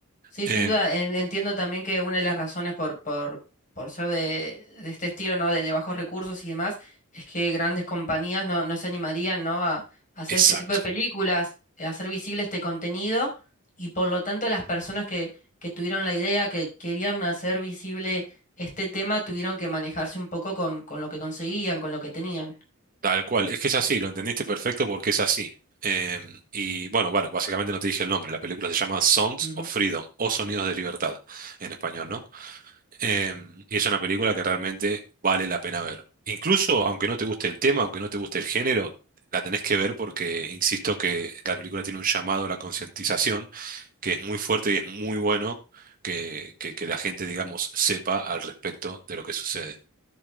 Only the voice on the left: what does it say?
Sí,
sin duda, en- entiendo también que una de las razones por, por, por ser de, de este estilo, ¿no? De, de bajos recursos y demás, es que grandes compañías no, no se animarían, ¿no? A, a hacer
este tipo de películas, eh, a hacer visible este contenido, y por lo tanto las personas que, que tuvieron la idea, que querían hacer visible este tema, tuvieron que manejarse un poco con, con lo que conseguían, con lo que tenían.
Ujú,